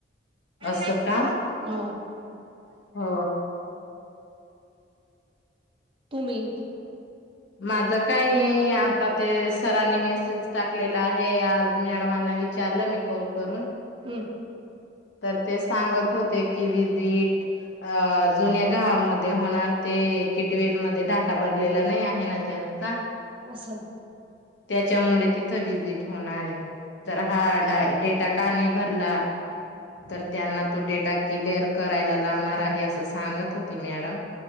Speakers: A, on the right (about 30°); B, on the left (about 75°).
A: हं.
B: असं का हो
A: तुम्ही
B: माझ काही नाही आता ते सरांनी मेसेज टाकलेला आहे आज मॅडमांना विचारलं मी कॉल करून
A: हम्म.
B: तर ते सांगत होते की विजिट अ जुन्या गावामध्ये होणार ते किडवेलमध्येध्ये ढाटा भरलेला नाही. हन त्यानचा
A: अस
B: त्या त्याच्यामुळे तिथं व्हजिट होणार आहे. तर हा डा डेटा का नाही भरला तर त्यांना तो डेटा क्लिअर करायला लावणार आहे असं सांगत होती मॅडम.